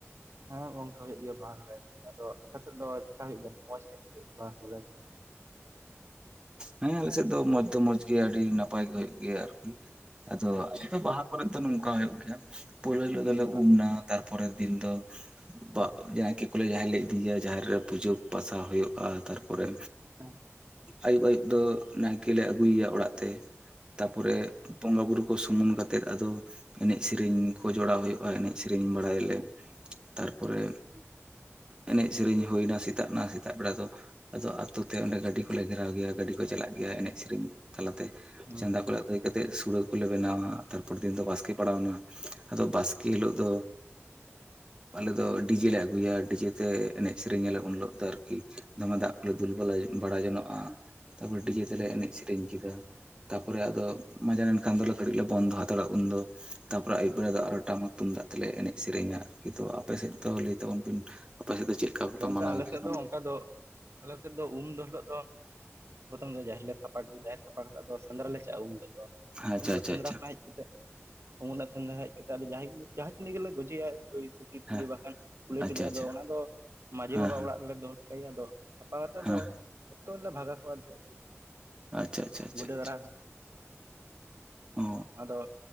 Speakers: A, on the right; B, on the right.
A: ᱦᱮᱸ ᱜᱚᱝᱠᱮ ᱦᱩᱭᱩᱜ ᱜᱮᱭᱟ ᱵᱟᱦᱟ ᱥᱚᱦᱨᱟᱭ ᱟᱫᱚ ᱟᱯᱮ ᱥᱮᱫ ᱫᱚ ᱪᱮᱠᱟ ᱦᱩᱭᱩᱜ ᱜᱮᱭᱟ ᱢᱚᱸᱡᱽ ᱜᱮ ᱵᱟᱦᱟ ᱥᱚᱨᱦᱟᱭ
B: ᱦᱮᱸ ᱟᱞᱮ ᱥᱮᱫ ᱫᱚ ᱢᱚᱡᱽ ᱫᱚ ᱢᱚᱸᱡᱽ ᱜᱮᱭᱟ ᱟᱹᱰᱤ ᱱᱟᱯᱟᱭ ᱜᱮ ᱦᱩᱭᱩᱜ ᱜᱮᱭᱟ ᱟᱫᱚ ᱟ <inaudible> ᱵᱟᱦᱟ ᱠᱚᱨᱮ ᱫᱚ ᱱᱚᱝᱠᱟ ᱦᱩᱭᱩᱜ ᱜᱮᱭᱟ ᱯᱳᱭᱞᱳ ᱦᱤᱞᱳᱜ ᱫᱚᱞᱮ
A: ᱦᱮᱸ
B: ᱩᱢ ᱮᱱᱟᱹ᱾ ᱯᱚᱨᱮᱨ ᱫᱤᱱ ᱫᱚ
A: ᱦᱮᱸ
B: ᱵᱟ
A: ᱦᱮᱸ
B: ᱡᱟᱦᱟᱸᱭ ᱠᱮ ᱠᱚᱞᱮ ᱡᱟᱦᱟᱭ ᱞᱮ ᱤᱫᱤᱭᱭᱟ ᱡᱟᱦᱮᱨ ᱨᱮ ᱯᱩᱡᱟᱹ ᱯᱟᱥᱟ ᱦᱩᱭᱩᱜ ᱟᱨ ᱛᱟᱨᱯᱚᱨᱮ
A: ᱚ <inaudible>
B: ᱟᱹᱭᱩᱵ ᱟᱹᱭᱩᱵ ᱫᱚ ᱱᱟᱭᱠᱮ ᱞᱮ ᱟᱹᱜᱩᱭᱮᱭᱟ ᱚᱲᱟᱜ ᱛᱮ ᱛᱟᱯᱚᱨᱮ ᱵᱚᱸᱜᱟ ᱵᱩᱨᱩ ᱠᱚ ᱥᱩᱢᱟᱹᱱ ᱠᱟᱛᱮᱫ ᱟᱫᱚ ᱮᱱᱮᱡ ᱥᱮᱨᱮᱧ ᱠᱚ ᱡᱚᱲᱟᱣ ᱦᱩᱭᱩᱜᱼᱟ ᱮᱱᱮᱡ ᱥᱮᱨᱮᱧ ᱵᱟᱲᱟᱭᱟᱞᱮ ᱛᱟᱨᱯᱚᱨᱮ
A: ᱦᱮᱸ <inaudible>
B: ᱮᱱᱮᱡ ᱥᱮᱨᱮᱧ ᱦᱩᱭᱱᱟ ᱥᱮᱛᱟᱜ ᱱᱟ ᱥᱮᱛᱟᱜ ᱵᱮᱲᱟ ᱫᱚ ᱟᱫᱚ ᱟᱹᱛᱩ ᱛᱮ ᱚᱸᱰᱮ ᱜᱟᱹᱰᱤ ᱠᱚᱞᱮ ᱜᱷᱮᱨᱟᱣ ᱜᱮᱭᱟ ᱜᱟᱹᱰᱤ ᱠᱚ ᱪᱟᱞᱟᱜ ᱜᱮᱭᱟ ᱮᱱᱮᱡ ᱥᱮᱨᱮᱧ ᱛᱟᱞᱟᱛᱮ
A: ᱦᱮᱸ
B: ᱪᱟᱸᱫᱟ ᱠᱚᱞᱮ᱾ <inaudible> ᱨᱟᱹᱭ ᱠᱟᱛᱮᱫ ᱥᱩᱲᱟᱹ ᱠᱚᱞᱮ ᱵᱮᱱᱟᱣᱟ ᱛᱟᱨᱯᱚᱨ ᱫᱤᱱ ᱫᱚ ᱵᱟᱥᱠᱮ ᱯᱟᱲᱟᱣ ᱮᱱᱟ ᱟᱫᱚ ᱵᱟᱥᱠᱮ ᱦᱤᱞᱳᱜ ᱫᱚ ᱟᱞᱮ ᱫᱚ ᱰᱤᱡᱮ ᱞᱮ ᱟᱹᱜᱩᱭᱟ ᱰᱤᱡᱮ ᱛᱮ ᱮᱱᱮᱡ ᱥᱮᱨᱮᱧᱟᱞᱮ ᱩᱱ ᱦᱤᱞᱳᱜ ᱫᱚ ᱟᱨᱠᱤ ᱫᱚᱢᱮ ᱫᱟᱜ ᱠᱚᱞᱮ ᱫᱩᱞ ᱵᱟᱞᱟ ᱵᱟᱲᱟ ᱡᱟᱱᱚᱜᱼᱟ ᱛᱟᱨᱯᱚᱨ ᱰᱤᱡᱮ ᱛᱮᱞᱮ
A: ᱦᱮᱸ ᱦᱮᱸ ᱦᱮᱸ
B: ᱮᱱᱮᱡ ᱥᱮᱨᱮᱧ ᱠᱮᱫᱟ ᱛᱟᱯᱚᱨᱮ ᱟᱫᱚ ᱢᱟᱡᱟᱱ ᱮᱱᱠᱷᱟᱱ ᱫᱚᱞᱮ ᱠᱟᱹᱴᱤᱡ ᱞᱮ ᱵᱚᱱᱫᱚ ᱦᱟᱛᱟᱲᱟᱜ ᱩᱱ ᱫᱚ ᱛᱟᱯᱚᱨᱮ ᱟᱹᱭᱩᱵ ᱵᱮᱲᱟ ᱫᱚ ᱟᱨᱚ ᱴᱟᱢᱟᱠ ᱛᱩᱢᱫᱟᱜ ᱛᱮᱞᱮ ᱮᱱᱮᱡ ᱥᱮᱨᱮᱧᱟᱹ ᱱᱤᱛᱩᱜ ᱟᱯᱮᱥᱮᱫ ᱫᱚ ᱞᱟᱹᱭ ᱛᱟᱵᱚᱱ ᱵᱤᱱ ᱟᱯᱮ ᱥᱮᱫ ᱫᱚ ᱪᱮᱫ? ᱞᱮᱠᱟ ᱠᱚᱯᱮ
A: ᱜᱚᱝᱠᱮ
B: ᱢᱟᱱᱟᱣ
A: ᱟᱞᱮ
B: ᱜᱮᱭᱟ
A: ᱥᱮᱫ
B: ᱱᱚᱣᱟ
A: ᱫᱚ ᱚᱱᱠᱟ ᱫᱚ ᱟᱞᱮ ᱥᱮᱫ ᱫᱚ ᱩᱢ ᱫᱚ ᱦᱤᱞᱳᱜ ᱫᱚ ᱯᱚᱛᱷᱚᱢ ᱫᱚ ᱡᱟᱦᱮᱨ ᱞᱮ ᱥᱟᱯᱷᱟ ᱠᱮᱫᱟ ᱡᱟᱦᱮᱨ ᱥᱟᱯᱷᱟ ᱠᱟᱛᱮᱮᱫ ᱟᱫᱚ ᱥᱮᱸᱫᱽᱨᱟ ᱞᱮ ᱪᱟᱜᱼᱟ ᱩᱱ ᱦᱤᱞᱳᱜ ᱫᱚ
B: ᱟᱪᱪᱷᱟ
A: ᱩᱱ ᱦᱤᱞᱳᱜ
B: ᱟᱪᱪᱷᱟ
A: ᱥᱮᱸᱫᱽᱨᱟ
B: ᱟᱪᱪᱷᱟ
A: ᱠᱷᱚᱱᱟᱜ ᱦᱮᱡ ᱠᱟᱛᱮᱫ ᱩᱱᱟᱜ ᱥᱮᱱᱫᱽᱨᱟ ᱦᱮᱡ ᱠᱟᱛᱮ ᱡᱟᱦᱟᱸᱭ ᱡᱟᱦᱟᱸ ᱛᱤᱱᱟᱹ ᱜᱮᱞᱮ ᱜᱚᱡᱮᱭᱟ ᱥᱩᱠᱨᱤ ᱴᱩᱠᱨᱤ
B: ᱦᱮᱸ
A: ᱵᱟᱠᱷᱟᱱ ᱠᱩᱞᱟᱹᱭ
B: ᱟᱪᱪᱷᱟ
A: ᱴᱩᱞᱟᱹᱭ
B: ᱟᱪᱪᱷᱟ
A: ᱟᱫᱚ ᱚᱱᱟ ᱫᱚ ᱢᱟᱺᱡᱷᱤ
B: ᱦᱮᱸ
A: ᱵᱟᱵᱟ
B: ᱦᱮᱸ
A: ᱚᱲᱟᱜ ᱨᱮᱞᱮ ᱫᱚᱦᱚ ᱴᱚᱠᱟᱭᱟ ᱟᱫᱚ ᱥᱷᱟᱯᱟ ᱠᱟᱛᱮᱮᱫ
B: ᱦᱮᱸ
A: ᱫᱚ ᱟᱹᱛᱩ ᱨᱮᱞᱮ ᱵᱷᱟᱜᱟ ᱠᱚᱣᱟ ᱟᱫᱚ
B: ᱟᱪᱪᱷᱟ ᱟᱪᱪᱷᱟ ᱟᱪᱪᱷᱟ
A: ᱜᱩᱰᱟᱹ
B: ᱟᱪᱪᱷᱟ
A: ᱜᱟᱰᱟ
B: ᱚ
A: ᱟᱫᱚ